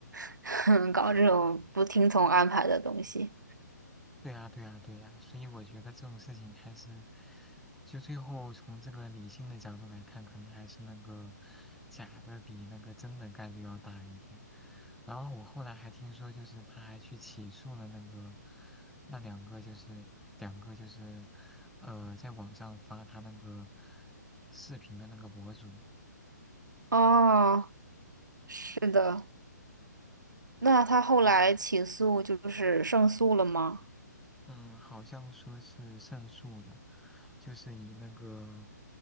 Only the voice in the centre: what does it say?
对呀，对呀，对呀，所以我觉得这种事情还是，就最后从这个理性的角度来看，可能还是那个假的比那个真的概率要大一点。然后我后来还听说，就是他还去起诉了那个那两个，就是两个就是呃，在网上发他那个视频的那个博主，
嗯，好像说是胜诉的，就是以那个，